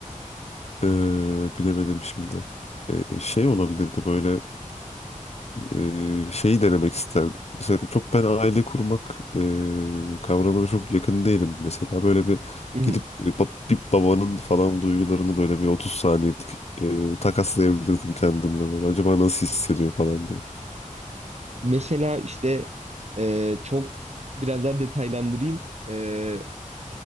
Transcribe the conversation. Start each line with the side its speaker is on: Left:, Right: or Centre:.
Left: Ee, bilemedim şimdi. Ee, şey olabilirdi böyle e, şeyi denemek isterdim. Mesela çok ben aile kurmak e, kavramına çok yakın değilim mesela. Böyle bir
Right: <laughs>
Left: gidip e, bab- bir babanın falan duygularını böyle bir 30 saniyelik e, takaslayabilirdim kendimle böyle. Acaba nasıl hissediyor falan diye.
Right: Mesela işte e, çok biraz daha detaylandırayım. E,